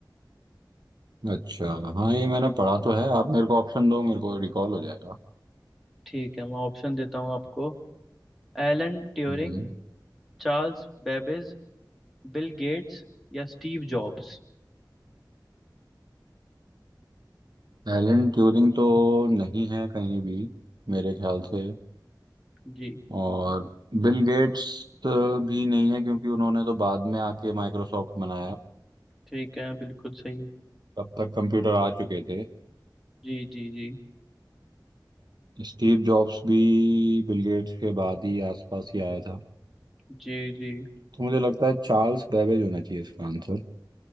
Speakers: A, on the right (about 65°); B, in the centre.
A: अच्छा हाँ ये मैंने पढ़ा तो है आप मेरे को ऑप्शन दो मेरे को रिकॉल हो जाएगा
B: ठीक है मैं ऑप्शन देता हूँ आपको Alan Turing
A: हम्म
B: Charles Babbage Bill Gates या स्टीव जॉब्स
A: एलन ट्यूरिंग तो नहीं है कहीं भी मेरे ख्याल से
B: जी
A: और बिल गेट्स भी नहीं है क्योंकि उन्होंने तो बाद में आके माइक्रोसॉफ्ट बनाया
B: ठीक है बिल्कुल सही
A: तब तक कंप्यूटर आ चुके थे
B: जी जी जी
A: स्टीव जॉब्स भी बिल गेट्स के बाद ही आसपास ही आया था
B: जी जी
A: तो मुझे लगता है चार्ल्स बेबेज होना चाहिए इसका आंसर